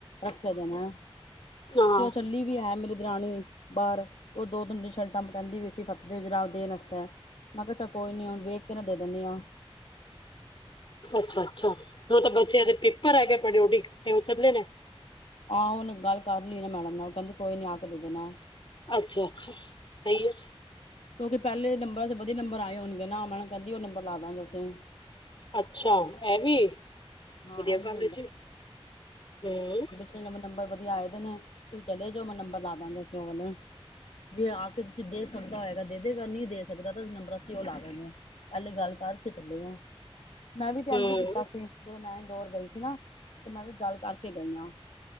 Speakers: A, on the left; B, on the left.
A: ਰੱਖਿਆ ਦੇਣਾ,
B: ਹਾਂ
A: ਤੇ ਉਹ ਚੱਲੀ, ਵੀ ਹੈ ਮੇਰੀ ਦਰਾਣੀ ਬਾਹਰ ਉਹ ਦੋ ਤਿੰਨ ਦਿਨ ਸ਼ਰਟਾਂ ਕਹਿੰਦੀ ਵੀ ਸੀ ਫ ਦੇਜਰਾਤ ਦੇਣ ਵਸਤੇ ਮੈਂ ਕਿਹਾ ਚ ਕੋਈ ਨੀ ਹੁਣ ਵੇਖ ਕੇ ਨਾ ਦੇ ਦਿੰਦੀ ਆ,
B: ਅੱਛਾ-ਅੱਛਾ, ਉਹ ਤਾਂ ਬੱਚਿਆਂ ਦੇ ਪੇਪਰ ਹੈਗੇ ਪਰੇਓ ਡੀ ਤੇ ਉਹ ਚੱਲੇ ਨੇ,
A: ਆਹੋ ਹੁਣ ਗੱਲ ਕਰ ਲਈ ਨਾ ਮੈਡਮ ਨਾਲ ਕਹਿੰਦੀ ਕੋਈ ਨੀ ਆ ਕੇ ਦੇ ਦੇਣਾ।
B: ਅੱਛਾ-ਅੱਛਾ, ਸਹੀ ਹੈ।
A: ਕਿਉਂਕਿ ਪਹਿਲੇ ਨੰਬਰ ਚ ਵਧੀਆ ਨੰਬਰ ਆਏ ਹੋਣਗੇ ਨਾ ਮੈਂ ਨਾ ਕਹਿੰਦੀ ਉਹ ਨੰਬਰ ਲਾਵਾਂ ਅਸੀਂ।
B: ਅੱਛਾ, ਇਹ ਵੀ,
A: ਹਾਂ
B: ਵਧੀਆ
A: ਐਵੇਂ
B: ਗੱਲ ਆ ਜੀ, ਹੂੰ।
A: ਪਹਿਲੇ ਨੰਬਰ ਵਧੀਆ ਆਏ ਦੇ ਨੇ ਤੂੰ ਚਲੇ ਜਾ ਮੈਂ ਨੰਬਰ ਲਾ ਦਾਂਦੇ ਅ ਉਹ ਜੇ ਆ ਕੇ ਤੁਸੀਂ ਦੇ ਸਕਦਾ ਹੋ, ਦੇ ਦੇਗਾ ਨਹੀਂ ਦੇ ਸਕਦਾ ਤਾਂ ਨੰਬਰ ਅਸੀਂ ਉਹ ਲਾ ਦੇ ਗੇ, ਪਹਿਲੇ ਗੱਲ ਕਰਕੇ ਚੱਲੇ ਹਾਂ। ਮੈਂ ਵੀ ਤੇ
B: ਹਮ
A: ਇੰਝ ਹੀ ਕੀਤਾ ਸੀ ਜਦੋਂ ਮੈਂ ਇੰਦੋਰ ਗਈ ਸੀ ਨਾ ਤੇ ਮੈਂ ਵੀ ਗੱਲ ਕਰਕੇ ਗਈ ਹਾਂ,